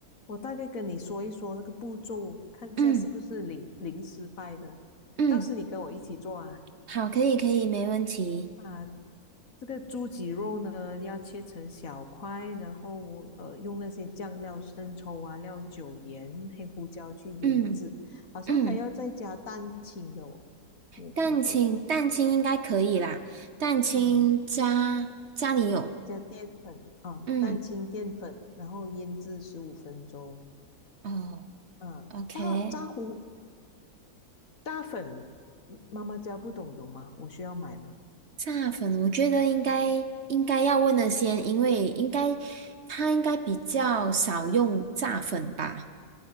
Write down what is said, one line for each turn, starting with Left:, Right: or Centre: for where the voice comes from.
Left: 我大概跟你说一说那个步骤，看一下是不是零零失败的。
Right: 嗯嗯。
Left: 到时你跟我一起做啊。
Right: 好，可以，可以，没问题。
Left: 啊，这个猪脊肉呢，要切成小块，然后呃，用那些酱料、生抽啊、料酒、盐、黑胡椒去腌制，
Right: 嗯
Left: 好像还要再加蛋清的哦，
Right: 嗯，
Left: 你有听说过吗？
Right: 蛋清，蛋清应该可以啦。蛋清家家里有，
Left: 嗯，加淀粉啊，
Right: 嗯
Left: 蛋清、淀粉，然后腌制十五分钟。
Right: 哦
Left: 嗯，
Right: ，OK。
Left: 炸炸糊炸粉，妈妈家不懂有吗？我需要买吗？
Right: 炸粉，我觉得应该应该要问的先，因为应该他应该比较少用炸粉吧。